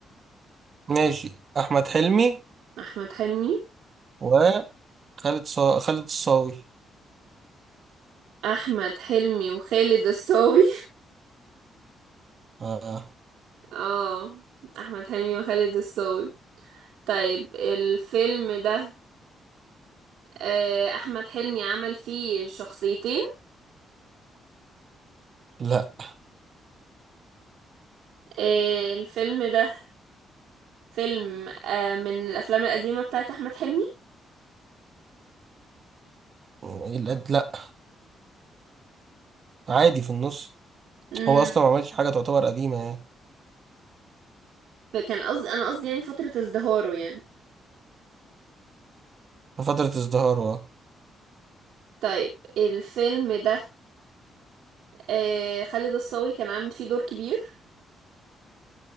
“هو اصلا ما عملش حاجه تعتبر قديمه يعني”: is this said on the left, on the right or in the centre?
Right